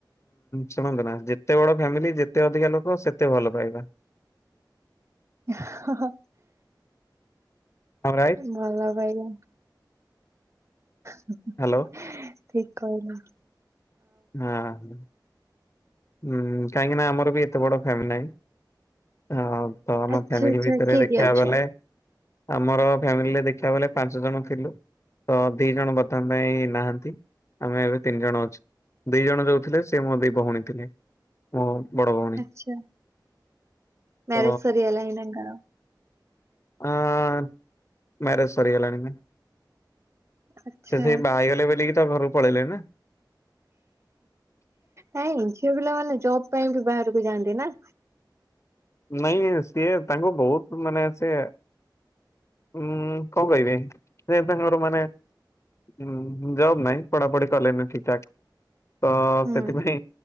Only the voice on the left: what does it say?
ଶୁଣନ୍ତୁ ନା ଯେତେ ବଡ ଫ୍ୟାମିଲି ଯେତେ ଅଧିକା ଲୋକ ସେତେ ଭଲ ପାଇବା।
ଆମ ଘର ଆଇ।
ହ୍ୟାଲୋ
ଅଁ ହଁ। ହୁଁ କାହିଁକି ନା ଆମର ବି ଏତେ ବଡ ଫ୍ୟାମିଲି ନାହିଁ। ତ ଆମ
ଫ୍ୟାମିଲି
ଭିତରେ
ଦେଖିବାକୁ
ଗଲେ। ଆମର ଫ୍ୟାମିଲିରେ ଦେଖିବା ବେଲେ ପାଞ୍ଚ ଜଣ ଥିଲୁ। ତ ଦି ଜଣ ବର୍ତ୍ତମାନ ପାଇଁ ନାହାନ୍ତି ଆମେ ଏବେ ତିନି ଜଣ ଅଛୁ। ଦି ଜଣ ଯୋଉଥିଲେ ସେ ମୋ ଦି ଭଉଣୀ ଥିଲେ। ମୋ ବଡ଼ ଭଉଣୀ।
ତ
ଅଁ ମ୍ୟାରଜ ସରି ଗଲାଣି।
ସିଏ ସେଇ ବାହା ହେଇଗଲେ ବୋଲିକି ତ ଘରକୁ ପଳେଇଲେ ନା।
ନାଇଁ ସିଏ ତାଙ୍କୁ ବହୁତ ମାନେ ସିଏ। ଉଁ କଁ କହିବି ସେ ତାଙ୍କର ମାନେ। ହୁଁ ଜବ୍ ନାଇଁ ପଢାପଢି କଲିନି ଠିକ୍ ଠାକ୍। ତ
ସେଥିପାଇଁ